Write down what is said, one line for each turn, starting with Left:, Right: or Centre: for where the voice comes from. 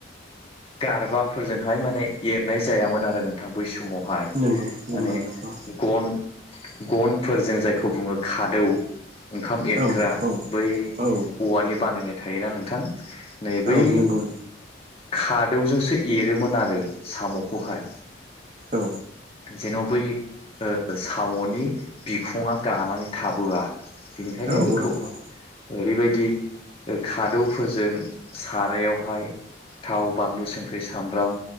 Left: गारबाफोरजोंहाय माने एरनाय जायामोन आरो नोंथां बै समाव। हाय
Right: नंगौ नंगौ
Left: माने
Right: नंगौ
Left: गन। गनफोर जों जायखौ बुङो खादौ ओंखाम एरग्रा
Right: औ औ
Left: बै
Right: औ
Left: औवानि बानायनाय थायोना नोंथां? नै बै
Right: औ नंगौ
Left: खादौजोंसो एरोमोन आरो साम'खौहाय।
Right: औ
Left: जेन' बै ओ साम'नि बिखुङा गानानै थाबोआ बेनिखायनो
Right: औ
Left: बे खौ
Right: औ
Left: ओरैबायदि खादौफोरजों सारायावहाय थाव बानलु संख्रि साम ब्राम